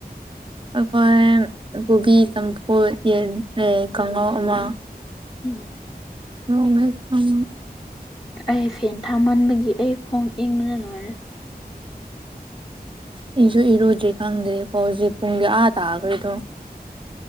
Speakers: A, on the right (about 30°); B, on the left (about 25°).
A: ꯑꯩꯈꯣꯏ ꯀꯣꯕꯤ ꯆꯝꯐꯨꯗ ꯌꯦꯟ ꯑꯦ ꯀꯉꯧ ꯑꯃ꯫
B: ꯎꯝ꯫
A: <inaudible> <unintelligible>
B: ꯑꯩ ꯐꯦꯟ ꯊꯥꯃꯟꯕꯒꯤ ꯑꯩ ꯈꯣꯡ ꯏꯪꯕꯅ ꯂꯣꯏꯔꯦ꯫
A: ꯑꯩꯁꯨ ꯏꯔꯨꯗ꯭ꯔꯤ ꯈꯪꯗ꯭ꯔꯤ ꯐꯣꯖꯤꯦ ꯄꯨꯡꯗꯤ ꯑꯥ ꯇꯥꯒ꯭ꯔꯦꯗꯣ꯫